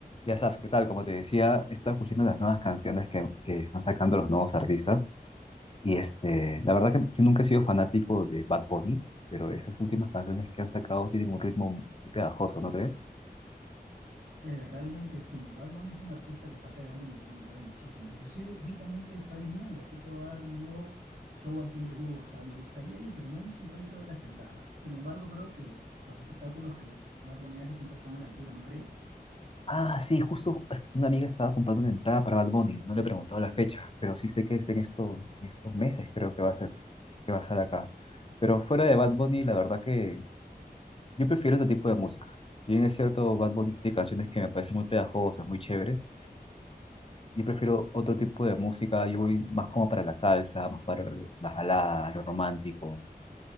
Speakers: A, on the left (about 35°); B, on the right (about 85°).
A: Ya sabes, ¿qué tal? Como te decía, he estado escuchando las nuevas canciones que, que están sacando los nuevos artistas. Y este, la verdad que yo nunca he sido fanático de Bad Bunny, pero esas últimas canciones que han sacado tienen un ritmo muy pegajoso, ¿no crees?
B: Eh, realmente sí, Bad Bunny es un artista que está pegando a nivel mundial muchísimo. Inclusive vi también que está viniendo, así que va a dar un nuevo show aquí en Perú. O sea, me gustaría ir, pero no he visto el precio de las entradas. Sin embargo, creo que los espectáculos que Bad Bunny hace siempre están a la altura, ¿no crees?
A: Ah, sí, justo es- una amiga estaba comprando una entrada para Bad Bunny. No le he preguntado la fecha, pero sí sé que es en, esto, en estos meses, creo que va a ser, que va a estar acá. Pero fuera de Bad Bunny, la verdad que yo prefiero otro tipo de música. Si bien es cierto, Bad Bunny tiene canciones que me parecen muy pegajosas, muy chéveres. Yo prefiero otro tipo de música, yo voy más como para la salsa, más para lo- la balada, lo romántico.